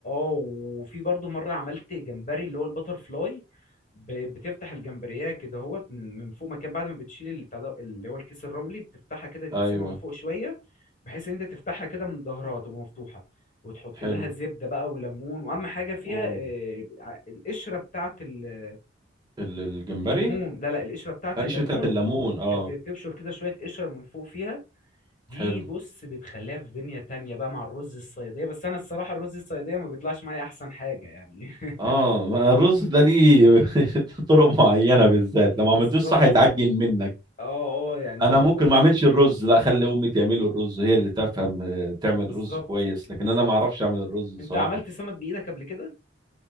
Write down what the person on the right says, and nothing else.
ايوه
حلو
اوه
ال- الجمبري
آه،
قشره بتاعت الليمون اه
حلو
اه ما الرز ده ليه <laughs> طرق معينه بالذات
لو ما عملتوش صح يتعجن منك
انا
ممكن
ما اعملش الرز لا اخلي امي تعمله الرز هي اللي تفهم آه، تعمل
رز كويس
لكن انا ما اعرفش اعمل الرز الصراحه